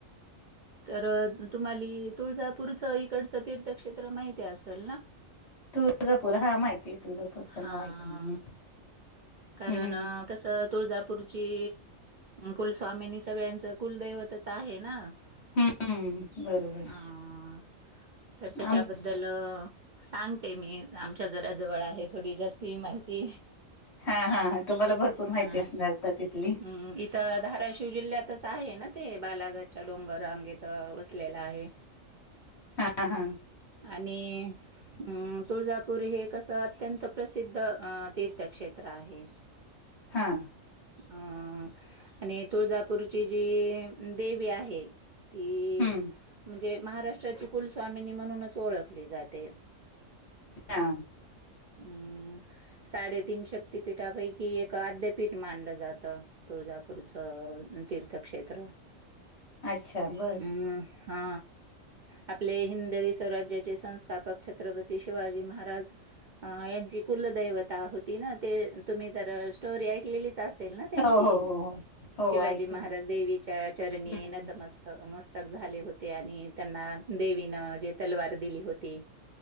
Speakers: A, on the right; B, on the left.
A: तर तुम्हाली तुळजापूरचं इकडचं तीर्थक्षेत्र माहिती असेल ना?
B: तुळजापूर हा माहिती आहे तुळजापूरचं
A: हा.
B: नाव ऐकून मी.
A: कारण
B: हम्म हम्म
A: कस तु तुळजापूरची कुलस्वामिनी सगळ्यांचं कुलदैवतच आहे ना. <unintelligible>
B: हम्म हम्म. बरोबर
A: हा. तर त्याच्याबद्दल
B: आमच
A: सांगते मी आमच्या शेजऱ्याजवळ आहे थोडी जास्ती माहिती.
B: हा हा हा तुम्हाला भरपूर माहिती
A: हा
B: असणार का तिथली
A: हम्म. इथ धाराशिव जिल्ह्यात च आहे ना ते बालाघटच्या डोंगर रांगेत वसलेलं आहे.
B: हा हा
A: आणि अम तुळजापूर हे कसं अत्यंत प्रसिद्ध अ तीर्थक्षेत्र आहे.
B: हा.
A: अ आणि तुळजापूरची जी देवी आहे ती
B: हम्म
A: म्हणजे महाराष्ट्राची कुलस्वामिनी म्हणूनच ओळखली जाते.
B: हा.
A: हम्म. साडेतीन शक्तपीठापैकी एक आद्यपीठ मानलं जातं. तुळजापूरचं तीर्थक्षेत्र.
B: अच्छा बर
A: हम्म. हा आपले हिंदवी स्वराज्याचे संस्थापक छत्रपती शिवाजी महाराज यांची कुलदैव होती ना. ते तुम्ही तर स्टोरी ऐकलेली असेल ना
B: हो
A: त्यांची
B: हो हो हो
A: शिवाजी
B: हो ऐकली
A: महाराज देवीच्या चरणी
B: हम्म
A: नतमस्त क झाले होते आणि त्यांना देवीन जे तलवार दिली होती.